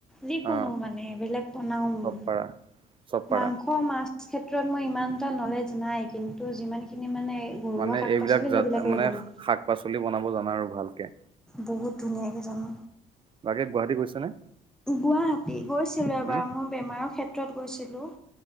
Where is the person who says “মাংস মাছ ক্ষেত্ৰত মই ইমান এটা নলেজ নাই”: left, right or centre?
Centre